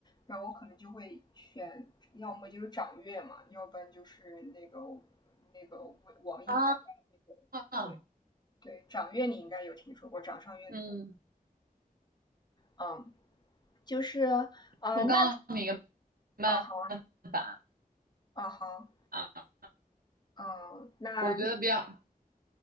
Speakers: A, on the left; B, on the right.
A: 然后我可能就会选，要么就是掌阅嘛，要不然就是那个那个网网易开发的那个，
B: 啊啊，
A: 对对，掌阅你应该有听说过，掌上阅读，
B: 嗯，
A: 嗯，就是啊、呃那
B: 我刚刚明慢
A: 啊好啊
B: 法
A: 啊好，
B: 啊，
A: 嗯，那
B: 我觉得比较